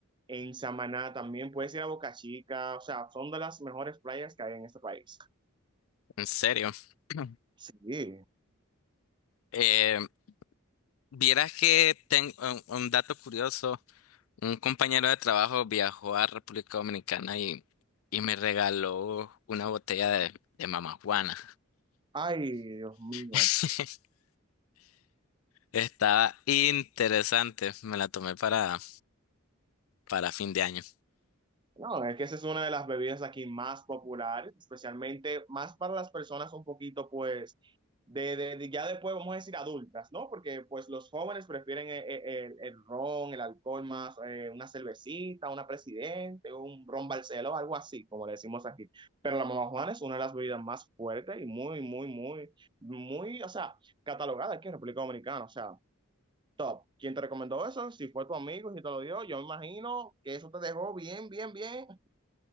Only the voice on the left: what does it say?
En serio. <clears throat>
Eh, vieras que tengo un, un dato curioso. Un compañero de trabajo viajó a República Dominicana y, y me regaló una botella de, de Mamá Juana.
<laughs> Estaba interesante. Me la tomé para, para fin de año.